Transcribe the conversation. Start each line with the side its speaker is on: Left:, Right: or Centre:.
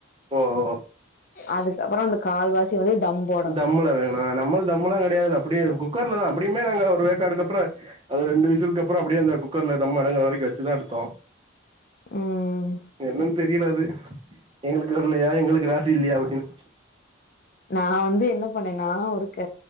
Right: ஓ ஓ
Left: அதுக்கப்பற அந்த கால்வாசி வந்து தம் போடணு
Right: தம்ள வேணா நம்மளா தம்லா கிடையாதுல அப்டியே குக்கர்லதா அப்டியுமே நாங்க ஒரு வேக்காடுக்கப்பற அது ரெண்டு விசில்க்கப்பற அப்டியே அந்த குக்கர்ல தம்மடங்குற வரைக்கு வச்சுதா எடுத்தோ
Left: ம்
Right: என்னன் தெரியில அது எங்களுக்கு வரலையா எங்களுக்கு ராசில்லையா அப்டின்னு
Left: நா வந்து என்ன பண்ணேன்னா ஒருக்க